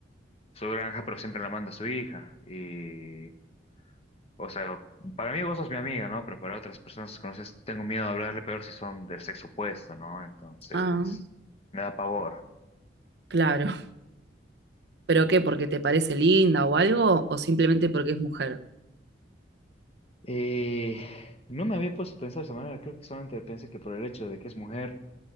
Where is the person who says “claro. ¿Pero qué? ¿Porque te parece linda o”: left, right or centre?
Right